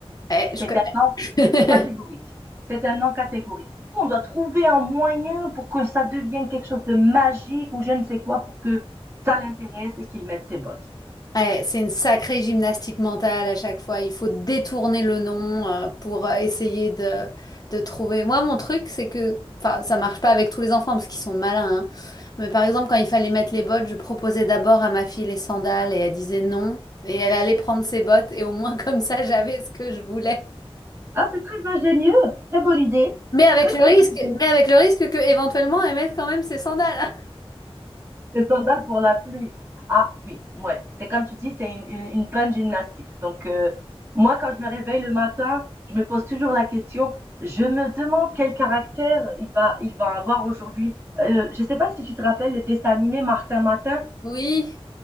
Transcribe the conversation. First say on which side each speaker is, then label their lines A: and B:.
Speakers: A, on the left; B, on the right.
A: Ouais, je
B: C'est
A: connais.
B: un non catégorique.
A: <laughs>
B: C'est un non catégorique. Du coup, on doit trouver un moyen pour que ça devienne quelque chose de magique ou je ne sais quoi pour que ça l'intéresse et qu'il mette ses bottes.
A: Ouais, c'est une sacrée gymnastique mentale à chaque fois. Il faut détourner le nom euh, pour euh, essayer de, de trouver. Moi, mon truc, c'est que, enfin, ça marche pas avec tous les enfants parce qu'ils sont malins. hein. Mais par exemple, quand il fallait mettre les bottes, je proposais d'abord à ma fille les sandales et elle disait non. Et elle allait prendre ses bottes et au moins <laughs> comme ça, j'avais ce que je voulais.
B: Ah, c'est très ingénieux, très bonne idée,
A: Mais avec
B: très
A: le
B: très
A: risque,
B: bonne idée.
A: mais avec le risque que éventuellement elle mette quand même ses sandales.
B: Des sandales pour la pluie. Ah oui, ouais. C'est comme tu dis, c'est une, une bonne gymnastique. Donc, euh, moi, quand je me réveille le matin, je me pose toujours la question, je me demande quel caractère il va, il va avoir aujourd'hui. Euh, je ne sais pas si tu te rappelles le dessin animé Martin Matin,
A: <laughs> Oui,